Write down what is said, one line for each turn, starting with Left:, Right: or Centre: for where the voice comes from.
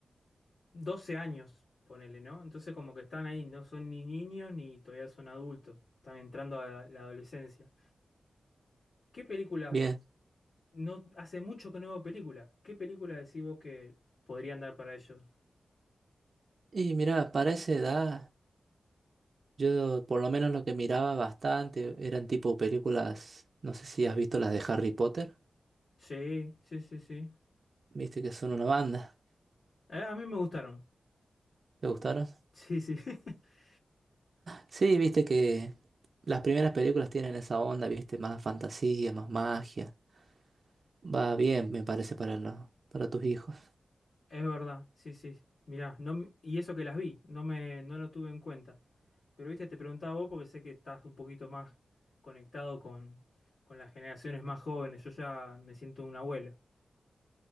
Left: 12 años, ponele, ¿no? Entonces como que están ahí, no son ni niños ni todavía son adultos, están entrando a la adolescencia. ¿Qué películas?
Right: <laughs> Bien.
Left: No, hace mucho que no veo películas. ¿Qué películas decís vos que podrían dar para ellos?
Right: Y mira, para esa edad, yo por lo menos lo que miraba bastante eran tipo películas, no sé si has visto las de Harry Potter,
Left: Sí, sí, sí, sí.
Right: ¿viste? Que son una banda.
Left: Eh, a mí me gustaron.
Right: ¿Te gustaron?
Left: Sí, sí. <laughs>
Right: Sí, viste que las primeras películas tienen esa onda, ¿viste? Más fantasía, más magia. Va bien, me parece, para, lo- para tus hijos.
Left: Es verdad, sí, sí. Mirá, no, me- y eso que las vi, no me, no lo tuve en cuenta. Pero viste, te preguntaba vos porque sé que estás un poquito más conectado con, con las generaciones más jóvenes. Yo ya me siento un abuelo.